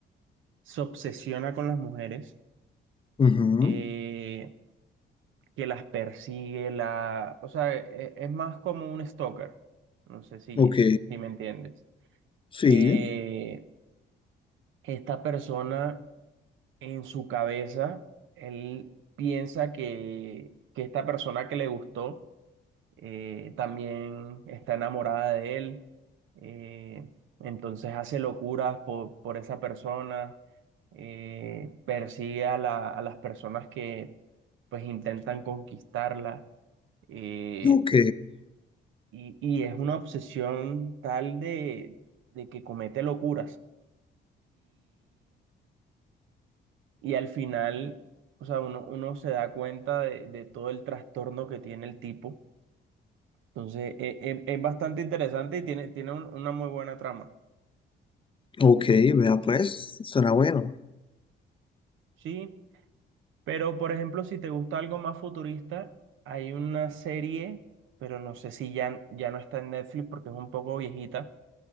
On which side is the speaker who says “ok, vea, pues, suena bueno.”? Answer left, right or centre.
Left